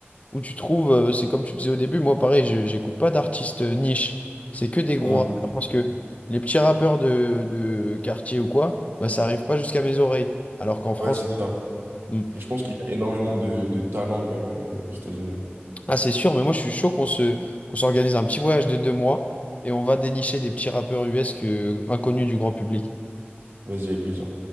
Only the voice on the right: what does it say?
Mm.
ouais, c'est ça.
Et je pense qu'il y a énormément de, de talent quand même euh, aux États-Unis. ouais.
Vas-y, avec plaisir.